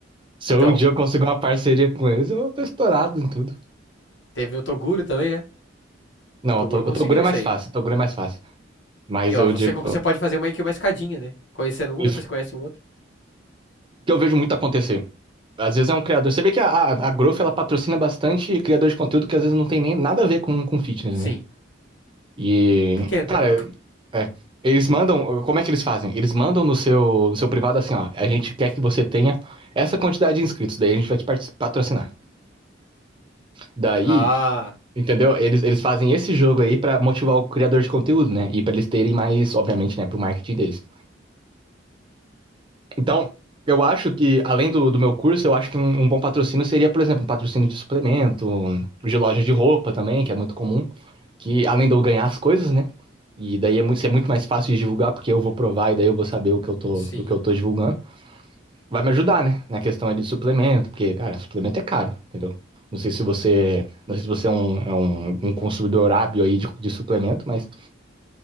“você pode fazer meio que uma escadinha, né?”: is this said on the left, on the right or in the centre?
Left